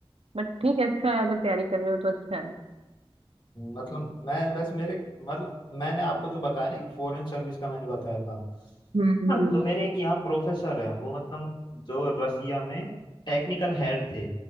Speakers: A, on the right; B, on the left.
A: बट ठीक है अच्छा है अगर तैयारी कर रहे हो तो अच्छा है
B: मतलब मैं बस मेरे मतलब मैंने आपको जो बताया ना एक फॉरेन सर्विस का मैंने बताया था
A: हम्म हम्म।
B: हाँ, तो मेरे एक यहाँ प्रोफेसर है वो मतलब जो रसिया में टेक्निकल हेड थे